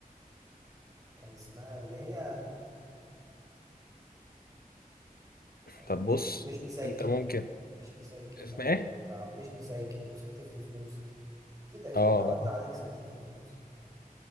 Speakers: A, on the right; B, on the left.
A: كان اسمها اللي هي هقول
B: طب
A: لك
B: بص
A: م- مش مسايكب
B: انت ممكن
A: مش مسايكب
B: اسمها
A: لو
B: ايه
A: لو تعرف مش مسايكب وستف لي فلوسي اكيد اكيد
B: اه
A: عدى عليك ستف لي فلوسي